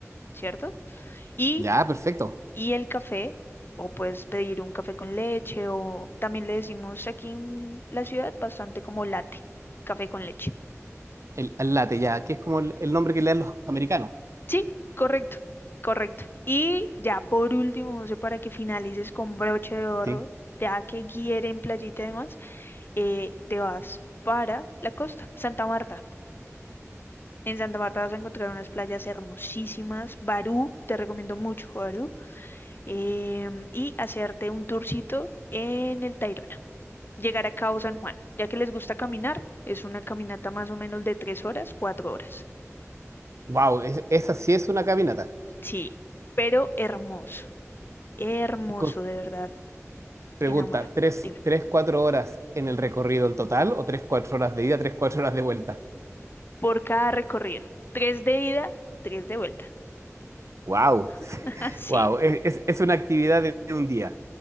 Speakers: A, on the left; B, on the right.
A: ¿cierto? Y,
B: Ya, perfecto.
A: y el café, o puedes pedir un café con leche, o también le decimos aquí en la ciudad bastante como latte, café con leche.
B: El, el latte, ya, que es como el, el nombre que le dan los americanos.
A: Sí, correcto, correcto. Y ya por último, José, para que finalices con broche de oro,
B: Sí.
A: ya que quieren playita y demás, eh, te vas para la costa, Santa Marta. En Santa Marta vas a encontrar unas playas hermosísimas. Barú, te recomiendo mucho Barú. em, y hacerte un tourcito en el Tayrona. Llegar a Cabo San Juan, ya que les gusta caminar, es una caminata más o menos de tres horas, cuatro horas.
B: Wow, es- esa sí es una caminata.
A: Sí, pero hermoso, hermoso
B: Con-
A: de verdad.
B: Pregunta,
A: enamora.
B: ¿tres,
A: Dime.
B: tres, cuatro horas en el recorrido en total o tres, cuatro horas de ida, tres, cuatro horas de vuelta?
A: Por cada recorrido. Tres de ida, tres de vuelta.
B: Wow.
A: <laughs> Así.
B: Wow, es, es- es una actividad de un día.